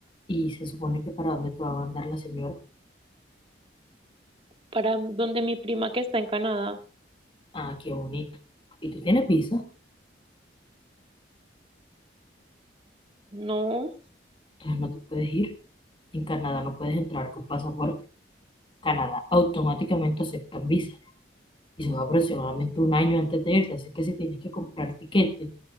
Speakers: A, on the left (about 25°); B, on the right (about 30°).
A: Y se supone que para dónde te va a mandar la señora.
B: para donde mi prima que está en Canadá.
A: Ah, qué bonito. Y tú tienes visa,
B: No,
A: entonces no te puedes ir. En Canadá no puedes entrar con pasaporte. Canadá automáticamente aceptan visa y son aproximadamente un año antes de irte. Así que si tienes que comprar tiquete,